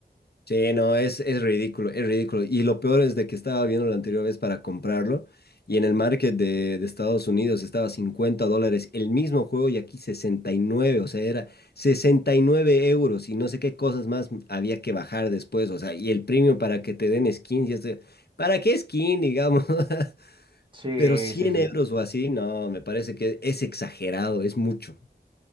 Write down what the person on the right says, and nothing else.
Sí,
sí, sí.